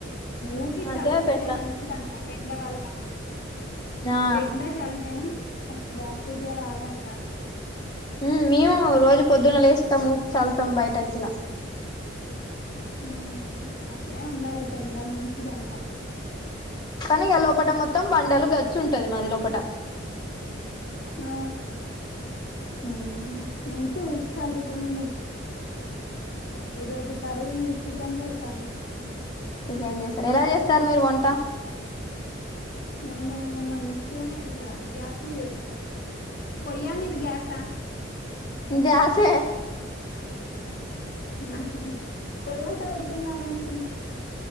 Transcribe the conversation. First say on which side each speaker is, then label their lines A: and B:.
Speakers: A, on the left (about 55°); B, on the left (about 25°).
A: ఊగి
B: అందుకే
A: చల్లుతేనే
B: పెండ్లం
A: మంచిదంట పెండ వల్ల
B: ఆ
A: పెండా చలతేనే బ్యాక్టీరియా రాదంట
B: ఊమ్ మేము రోజు పొద్దున లేేస్తాం ఊ చల్తాం బయట ఇట్లా
A: ఊమ్ అట్లే ఉండాలి పెండ మంచి ఇదంట
B: కానీ ఇగ లోపట మొత్తం బండలు గచుంటది మాది లోపట
A: ఆ
B: ఊమ్
A: మంచి <unintelligible> ఉచ్చుల్లుకొని ఈ రోజు కర్రీ చికెన్ చేసాము
B: ఇకేం చేస్తారు ఎలా చేస్తారు మీరు వంట
A: మేము మంచిగానే ఇట్లా గ్యాస్ మీద వేస్తాం పొయ్యా మీది గ్యాస
B: గ్యాసే
A: ఊహ్మ్ పోయంట పెడుతున్నార అనుకుంట